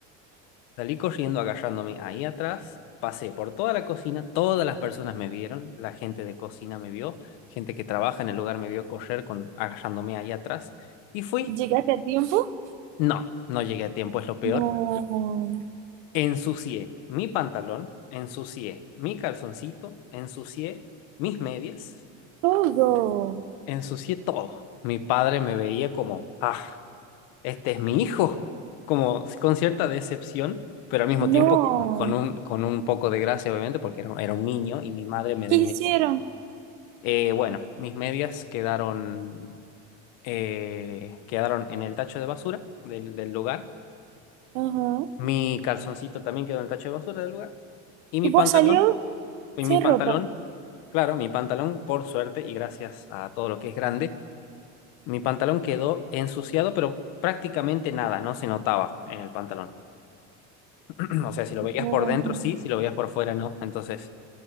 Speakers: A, on the left (about 70°); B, on the right (about 85°).
A: Salí corriendo agarrándome ahí atrás, pasé por toda la cocina, todas las personas me vieron, la gente de cocina me vio, gente que trabaja en el lugar me vio correr con agarrándome ahí atrás y fui.
B: llegaste a tiempo.
A: No, no llegué a tiempo, es lo peor.
B: No,
A: Ensucié mi pantalón, ensucié mi calzoncito, ensucié mis medias,
B: todo.
A: ensucié todo. Mi padre me veía como, ah. este es mi hijo, como con cierta decepción, pero al mismo tiempo
B: No.
A: con, con un, con un poco de gracia, obviamente, porque era, era un niño y mi madre me
B: ¿Qué
A: denegó.
B: hicieron?
A: Eh, bueno, mis medias quedaron, eh, quedaron en el tacho de basura del, del lugar.
B: Ajá.
A: Mi calzoncito también quedó en el tacho de basura del lugar. Y mi
B: Y
A: pantalón,
B: vos salió
A: y
B: sin
A: mi pantalón,
B: ropa.
A: claro, mi pantalón, por suerte y gracias a todo lo que es grande, mi pantalón quedó ensuciado, pero prácticamente nada, no se notaba en el pantalón. <clears throat> O sea, si lo veías
B: No.
A: por dentro, sí, si lo veías por fuera, no. Entonces,